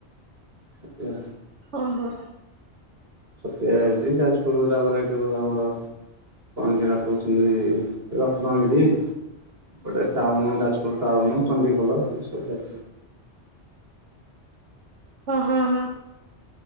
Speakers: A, on the right; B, on the right.
A: ଛତିଆ।
B: ଓ ହୋ
A: ଛତିଆ ଯାଇଛି ଯାଜପୁରରୁ ତାପରେ ସେଠୁ ଆମର କଣ କିରା କହୁଛନ୍ତି ରତ୍ନଗିରି। ଗୋଟେ ଟାଉନ ଯାଜପୁର ଟାଉନ ଚଣ୍ଡି ଖୋଲ ଏ ସବୁ ଯାଇଛି।
B: ହ ହଁ ହଁ